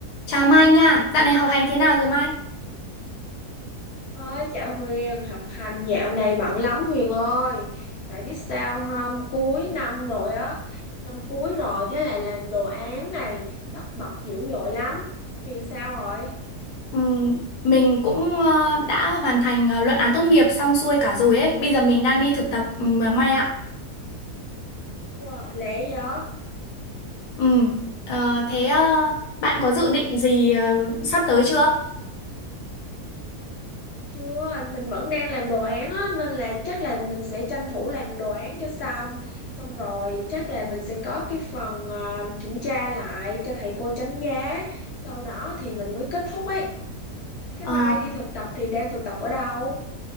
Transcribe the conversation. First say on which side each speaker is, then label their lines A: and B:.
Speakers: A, on the left (about 80°); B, on the left (about 65°).
A: Chào Mai nha, dạo này học hành thế nào rồi Mai?
B: ơi chào Huyền, học hành dạo này bận lắm Huyền ơi. Tại biết sao không, cuối năm rồi á, năm cuối rồi thế là làm đồ án này tất bật dữ dội lắm. Huyền sao rồi?
A: Ừm, mình cũng ờ, đã hoàn thành ờ, luận án tốt nghiệp xong xuôi cả rồi ấy. Bây giờ mình đang đi thực tập ừm, mà Mai ạ.
B: Wow, lẹ vậy?
A: Ừm, ờ, thế ờ, bạn có dự định gì ờ, sắp tới chưa?
B: Chưa, mình vẫn đang làm đồ án á nên là chắc là mình sẽ tranh thủ làm đồ án cho xong. Xong rồi chắc là mình sẽ có cái phần ờ, kiểm tra lại cho thầy cô đánh giá. Sau đó thì mình mới kết thúc ấy. Thế
A: Ờ,
B: mai đi thực tập thì đang thực tập ở đâu?